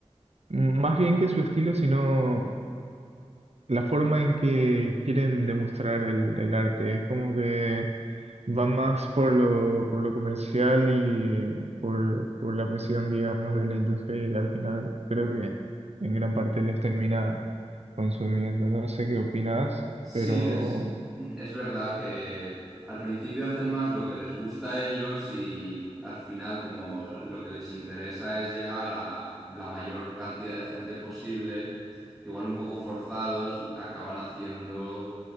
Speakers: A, on the right (about 70°); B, in the centre.
A: m- más bien que su estilo, sino la forma en que quieren demostrar el, el arte. Es como que va más por lo, por lo comercial y eh, por, por la presión, digamos, de la industria y al final creo que en gran parte les termina consumiendo. No sé qué opinas,
B: Sí,
A: pero...
B: es, es verdad que al principio hacen más lo que les gusta a ellos y al final como lo que les interesa es llegar a la mayor cantidad de gente posible, igual un poco forzados, acaban haciendo